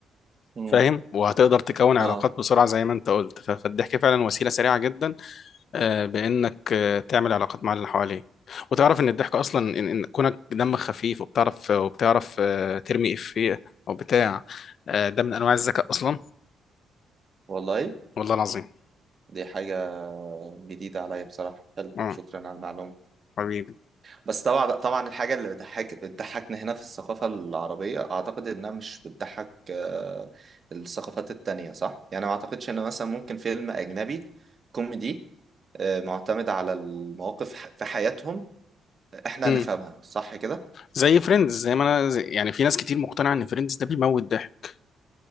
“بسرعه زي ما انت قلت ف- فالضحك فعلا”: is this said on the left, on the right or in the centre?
Left